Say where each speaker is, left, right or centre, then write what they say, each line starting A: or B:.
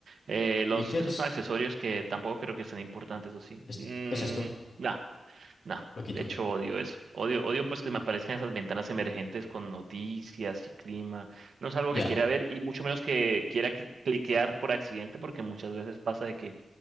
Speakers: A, on the right (about 75°); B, on the left (about 45°).
A: Eh, los,
B: widgets.
A: esos son accesorios que tampoco creo que sean importantes, ¿o sí?
B: Es,
A: Mm,
B: es esto.
A: nah. No,
B: Lo quito.
A: de hecho odio eso. Odio, odio pues que me aparezcan esas ventanas emergentes con noticias y clima. No es algo
B: Ya,
A: que quiera ver y mucho menos que quiera cli- cliquear por accidente porque muchas veces pasa de que